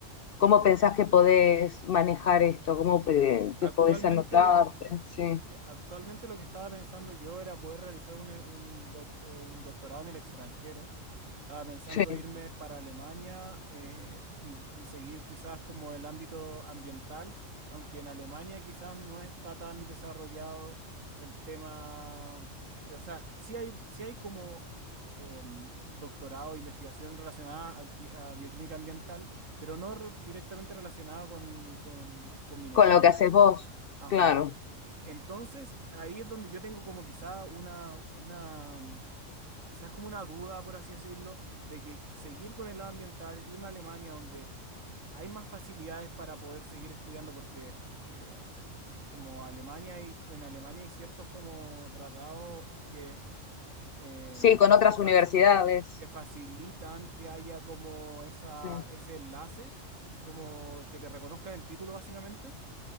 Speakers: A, on the left; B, on the right.
A: ¿cómo pensás que podés manejar esto? ¿Cómo
B: sí,
A: pe-
B: actualmente
A: que podés anotarte? Sí,
B: Sí, Actualmente lo que estaba pensando yo era poder realizar un, e- un doc- o un doctorado en el extranjero. Estaba pensando
A: sí,
B: irme para Alemania eh, y, y seguir quizás como el ámbito ambiental, aunque en Alemania quizás no está tan desarrollado el tema, eh, o sea, sí hay, sí hay como em, doctorado, investigación relacionada a, qui- a bioquímica ambiental, pero no re- directamente relacionada con, con con minería,
A: con lo que
B: por
A: haces
B: ejemplo.
A: vos,
B: Ajá.
A: claro.
B: Entonces, ahí es donde yo tengo como quizá una, una, mm, quizás como una duda, por así decirlo, de que seguir con el lado ambiental, irme a Alemania, donde eh, hay más facilidades para poder seguir estudiando, porque eh, a- como Alemania hay, en Alemania hay ciertos como tratados que, em,
A: Sí, con otras
B: que, fac-
A: universidades.
B: que facilitan que haya como esa,
A: Sí.
B: ese enlace, como que te reconozcan el título básicamente